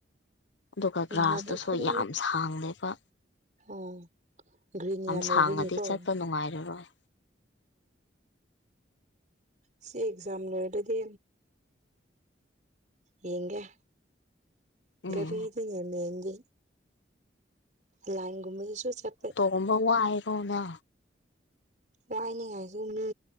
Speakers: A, on the left; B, on the right.
A: ꯑꯗꯨꯒ
B: ꯅꯍꯥꯟ
A: ꯒ꯭ꯔꯥꯁꯇꯨꯁꯨ
B: ꯑꯩꯈꯣꯏ
A: ꯌꯥꯝ ꯁꯥꯡꯂꯦꯕ
B: ꯑꯣ ꯒ꯭ꯔꯤꯟ ꯌꯥꯝ ꯑꯣꯏꯕꯒꯤꯀꯣ
A: ꯁꯥꯡꯉꯗꯤ ꯆꯠꯄ
B: ꯎꯝ
A: ꯅꯨꯡꯉꯥꯏꯔꯔꯣꯏ
B: ꯁꯤ ꯑꯦꯖꯝ ꯂꯣꯏꯔꯗ ꯌꯦꯒ
A: ꯎꯝ
B: ꯔꯤꯗꯃꯦꯖ ꯂꯥꯏꯟ ꯒꯨꯝꯕꯁꯤꯁꯨ ꯆꯥꯠ
A: ꯑꯣꯝꯕ ꯋꯥ ꯍꯥꯏꯔꯅ
B: ꯋꯥꯏꯅꯤꯉꯥꯏꯁꯨ ꯃꯤ